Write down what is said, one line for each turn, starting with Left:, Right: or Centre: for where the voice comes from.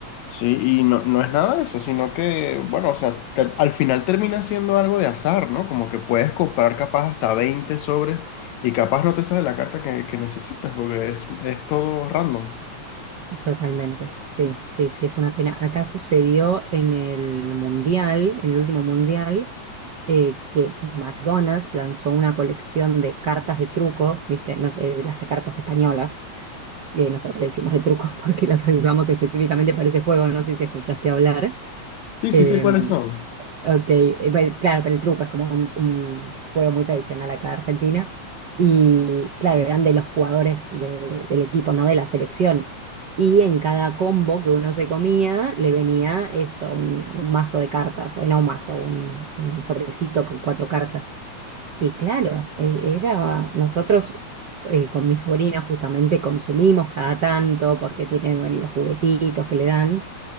Left: Sí, y no, no es nada de eso, sino que, bueno, o sea, te- al final termina siendo algo de azar, ¿no? Como que puedes comprar capaz hasta 20 sobres y capaz no te sale la carta que, que necesitas, porque es, es todo random.
Right: Totalmente, sí, sí, sí, es una pena. Acá sucedió en el Mundial, en el último Mundial, eh, que McDonald's lanzó una colección de cartas de truco, ¿viste? No sé, las cartas españolas, eh, nosotros le decimos de truco <laughs> porque las usamos específicamente para ese juego, no sé si escuchaste hablar.
Left: Sí,
Right: em,
Left: sí sé cuáles son.
Right: Ok, eh, bueno, claro, pero el truco es como un, un juego muy tradicional acá de Argentina. Y claro, eran de los jugadores de- del equipo, no de la selección. Y en cada combo que uno se comía, le venía esto, un, un mazo de cartas, o no un mazo, un, un sobrecito con cuatro cartas. Y claro, eh, era, nosotros eh, con mi sobrina justamente consumimos cada tanto porque tiene bueno, los juguetitos que le dan